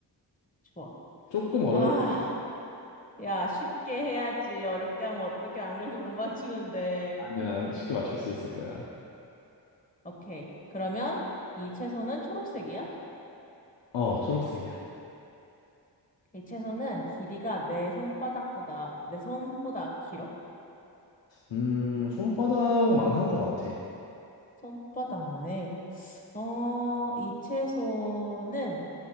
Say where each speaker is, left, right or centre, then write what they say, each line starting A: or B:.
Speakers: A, on the left; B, on the left.
A: 좋아.
B: 조금 어려울
A: 아, 야, 쉽게 해야지. 어렵게 하면 어떻게 안 그래도 못 맞추는데.
B: 아니야. 쉽게 맞출 수 있을 거야.
A: 오케이. 그러면 이 채소는 초록색이야?
B: 어 초록색이야.
A: 이 채소는 길이가 내 손바닥보다, 내 손보다 길어?
B: 음, 손바닥만 한 것 같아.
A: 손바닥만 해. 어, 이 채소는,